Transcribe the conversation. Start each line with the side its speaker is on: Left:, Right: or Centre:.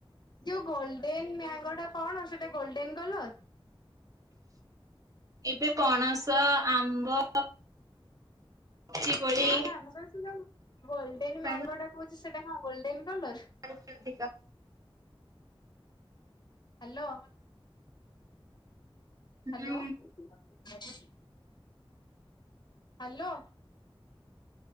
Left: ଯୋଉ ଗୋଲଡେନ ମ୍ୟାଙ୍ଗୋ ଟା କଣ ସେଟା ଗୋଲଡେନ କଲର?
Right: ଏବେ ପଣସ, ଆମ୍ବ ଲିଚି କୋଳି
Left: ନା ନା, ମୁ କହିଲି ସେ ଯୋଉ ଗୋଲଡେନ
Right: ସବୁ
Left: ମ୍ୟାଙ୍ଗୋଟା କହୁଛି ସେଟା ହଁ ଗୋଲଡେନ କଲର?
Right: ପାରଶଧିକା
Left: ହ୍ୟାଲୋ।
Right: ହୁଁ
Left: ହ୍ୟାଲୋ <inaudible> ହ୍ୟାଲୋ।